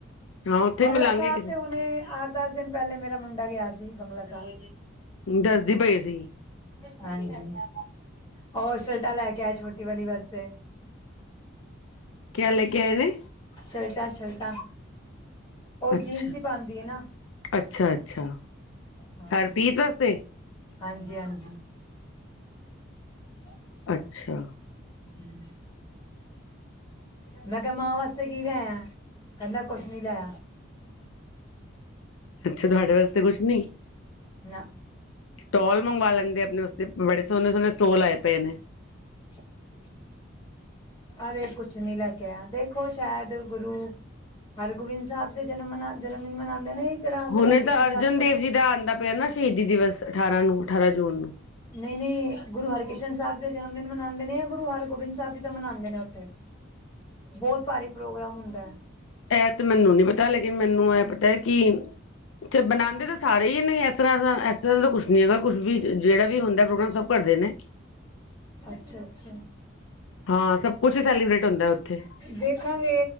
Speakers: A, on the left; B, on the left.
A: ਹਾਂ ਉੱਥੇ
B: ਬੰਗਲਾ
A: ਮਿਲਾਂਗੇ
B: ਸਾਬ
A: ਕਿਸ
B: ਤੇ ਹੁਨ ਅੱਠ ਦਸ ਦਿਨ ਪਹਿਲੇ ਮੇਰਾ ਮੁੰਡਾ ਗਿਆ ਸੀ ਬੰਗਲਾ ਸਾਬ।
A: ਦੱਸਦੀ ਪਈ ਸੀ।
B: ਹਾਂਜੀ, ਓ ਸਲਟਾ ਲੈ ਕੇ ਆਏ ਛੋਟੀ ਵਾਲੀ ਵਾਸਤੇ।
A: ਕਿਆ ਲੇ ਕੇ ਆਏ ਨੇ?
B: ਸ਼ਲਟਾ ਸ਼ਲਟਾ। ਓ
A: ਅੱਛਾ
B: ਜੀਨਸ ਈ ਪਾਂਦੀ ਆ ਨਾ
A: ਅੱਛਾ ਅੱਛਾ
B: ਹਾਂ।
A: ਹਰਪ੍ਰੀਤ ਵਾਸਤੇ
B: ਹਾਂਜੀ ਹਾਂਜੀ। ਅੱਛਾ।
A: ਅੱਛਾ।
B: ਹੂੰ। ਮੈਂ ਕਿਆ ਮਾਂ ਵਾਸਤੇ ਕੀ ਲਿਆਇਆ, ਕਹਿੰਦਾ ਕੁਛ ਨੀ ਲਿਆਇਆ।
A: ਅੱਛਾ, ਤੁਹਾਡੇ ਵਾਸਤੇ ਕੁਛ ਨੀ।
B: ਨਾ
A: ਸਟੋਲ ਮੰਗਵਾ ਲੈਂਦੇ ਆਪਣੇ ਵਾਸਤੇ ਬੜੇ ਸੋਹਣੇ ਸੋਹਣੇ ਸਟੋਲ ਆਏ ਪਏ ਨੇ।
B: <inaudible> ਅਰੇ ਕੁਛ ਨੀ ਲੈ ਕੇ ਆਇਆ ਦੇਖੋ ਸ਼ੈਦ ਗੁਰੂ ਹਰਗੋਬਿੰਦ ਸਾਹਿਬ ਦੇ ਜਨਮ ਮਨਾ ਜਨਮ ਦਿਨ ਮਨਾਂਦੇ ਨੇ। ਕਿਹੜਾ
A: ਹੁਨੇ
B: ਗੁਰੂ ਹਰਕ੍ਰਿਸ਼ਨ
A: ਤਾਂ ਅਰਜਨ
B: ਸਾਹਿਬ
A: ਦੇਵ ਜੀ ਦਾ ਆਂਦਾ ਪਿਆ ਨਾ ਸ਼ਹੀਦੀ ਦਿਵਸ ਅਠਾਰਾਂ ਨੂੰ ਅਠਾਰਾਂ ਜੂਨ ਨੂੰ।
B: ਨਈ ਨਈ, ਗੁਰੂ ਹਰਿਕ੍ਰਿਸ਼ਨ ਸਾਬ ਜੀ ਦਾ ਜਨਮ ਦਿਨ ਮਨਾਂਦੇ ਨੇ ਜਾਂ ਗੁਰੂ ਹਰਗੋਬਿੰਦ ਸਾਹਿਬ ਜੀ ਦਾ ਮਨਾਂਦੇ ਨੇ ਉੱਥੇ। ਬਹੁਤ ਭਾਰੀ ਪ੍ਰੋਗਰਾਮ ਹੁੰਦਾ। ਹੈ
A: ਐ ਤੇ ਮੈਨੂੰ ਨੀ ਪਤਾ ਲੇਕਿਨ ਮੈਨੂੰ ਐ ਪਤਾ ਕਿ ਬਣਾਂਦੇ ਤਾਂ ਸਾਰੇ ਹੀ ਨੇ ਇਸ ਤਰ੍ਹਾਂ ਦਾ ਇਸ ਤਰ੍ਹਾਂ ਦਾ ਕੁਛ ਨੀ ਹੈਗਾ ਕੁੱਛ ਵੀ ਜੇੜਾ ਵੀ ਹੁੰਦਾ ਪ੍ਰੋਗਰਾਮ ਸਭ ਕਰਦੇ ਨੇ।
B: ਅੱਛਾ-ਅੱਛਾ
A: ਹਾਂ ਸਭ ਕੁਛ ਸੈਲੀਬ੍ਰੇਟ ਹੁੰਦਾ ਉੱਥੇ
B: ਦੇਖਾਂਗੇ।